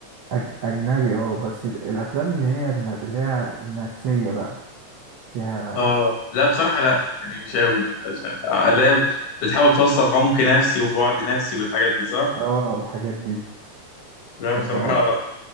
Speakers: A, on the right; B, on the left.
A: أج... أجنبي اه بس ال- الأفلام اللي هي الن- اللي هي النفسية بقى فيها
B: آه لا بصراحة لا يعني مش قوي عشان لا بتحاول توصل عمق نفسي وبعد نفسي والحاجات دي صح؟
A: اه الحاجات دي
B: لا
A: متحبهاش
B: بصراحة